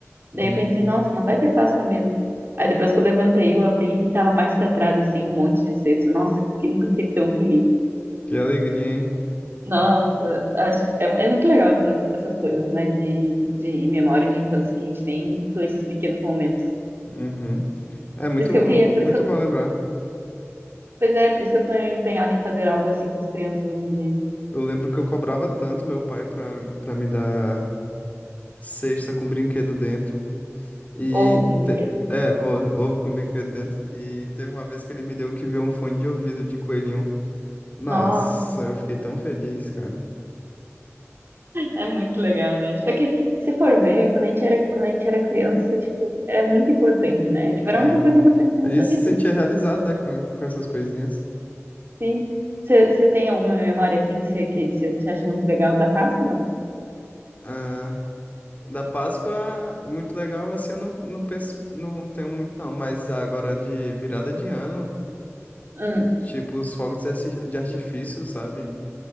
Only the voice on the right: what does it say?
Daí
eu pensei, nossa, não vai ter Páscoa mesmo. Aí depois que eu levantei, eu abri, tava mais pra trás, assim, um monte de cesta. Nossa, eu fiquei- nunca fiquei tão feliz.
Nossa, acho é, é muito legal essas, essas coisas, né? De, de memória de infância que a gente tem com esses pequenos momentos.
Por isso que
eu queria, por isso que eu,
pois é, por isso que eu tô empenhada em fazer algo assim para as crianças hoje em dia.
Ou com brinquedo.
Nossa,
é muito legal, né? Tipo, é que se for ver, quando a gente era, quando a gente era criança, tipo, era muito importante, né? Tipo, era
a única coisa importante na
nossa
vida.
Sim. Você você tem alguma memória assim que você que você acha muito legal da Páscoa, não?
Hum,